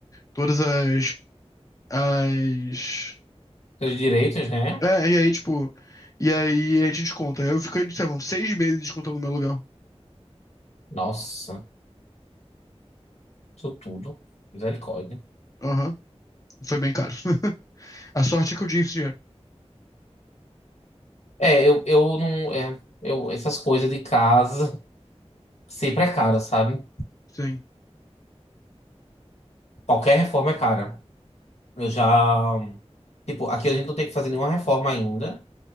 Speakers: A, on the left (about 30°); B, on the left (about 80°).
A: todas as, as...
B: Seus direitos, né?
A: É, e aí, tipo, e aí a gente desconta. Eu fiquei, sei lá, uns seis meses descontando meu aluguel.
B: Nossa, isso tudo. Misericórdia.
A: Aham, foi bem caro. <laughs> A sorte é que eu tinha esse dinheiro.
B: É, eu, eu não. é, eu, essas coisas de casa sempre é cara, sabe?
A: Sim,
B: Qualquer reforma é cara. Eu já. Tipo, aqui a gente não tem que fazer nenhuma reforma ainda.